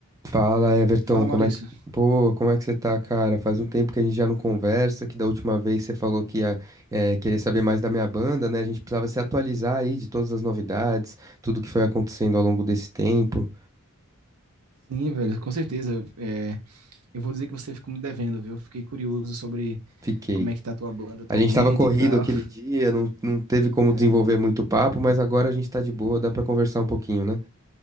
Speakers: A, on the right; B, on the right.
A: Fala, Everton,
B: Fala,
A: como
B: Maurício.
A: é que, pô, como é que você tá, cara? Faz um tempo que a gente já não conversa, que da última vez você falou que ia, eh, querer saber mais da minha banda, né? A gente precisava se atualizar aí de todas as novidades, tudo que foi acontecendo ao longo desse tempo.
B: Sim, velho, com certeza. É, eu vou dizer que você ficou me devendo, viu? Fiquei curioso sobre
A: Fiquei.
B: como é que tá a tua banda atualmente
A: A gente tava corrido
B: e tal.
A: aquele
B: <laughs>
A: dia, não, não teve como
B: É.
A: desenvolver muito papo, mas agora a gente tá de boa, dá pra conversar um pouquinho, né?